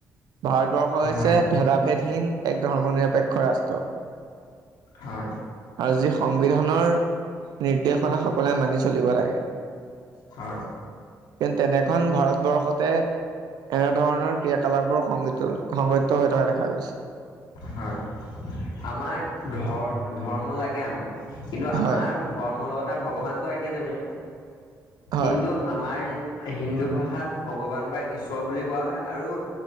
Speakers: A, on the right; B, on the left.
A: ভাৰতবৰ্ষ হৈছে
B: হয়
A: ভেদাভেদহীন এক ধৰ্ম নিৰপেক্ষ ৰাষ্ট।
B: হয়।
A: আৰু যি সংবিধানৰ, নিৰ্দেশনা সকলোৱে মানি চলিব লাগে।
B: হয়।
A: কতেনেখন ভাৰতবৰ্ষতে এনেধৰণৰ ক্ৰিয়াকলাপ বোৰ সংঘটি সংঘটিত হৈ থকা দেখা গৈছে।
B: হয় আমাৰ ধ ধৰ্ম লাগে আমাক, কিন্তু আমাৰ
A: হয়,
B: ধৰ্ম লগতে ভগৱানতো একেজনেই,
A: হয়,
B: কিন্তু আমাৰ হিন্দু ভাষাত ভগৱান বা ঈশ্বৰ বুলি কোৱা হয়। আৰু